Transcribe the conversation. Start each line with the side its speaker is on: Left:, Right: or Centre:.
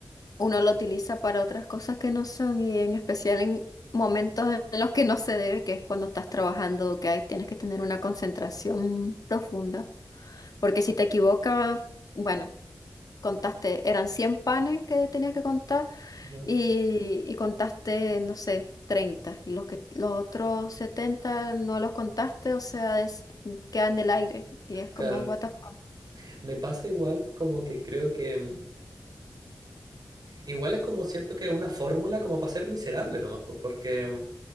Left: uno lo utiliza para otras cosas que no son y en especial en momentos en los que no se debe, que es cuando estás trabajando, que ahí tienes que tener una concentración profunda, porque si te equivocas, bueno, contaste, eran 100 panes que tenías que contar
Right: ujú,
Left: y, y contaste, no sé. 30 y los que los otros 70 no los contaste, o sea, es- quedan en el aire y es como
Right: Claro.
Left: what the fuck.
Right: Me pasa igual como que creo que... mm, Igual es como siento que es una fórmula como para ser miserable nomás, pues, porque mm,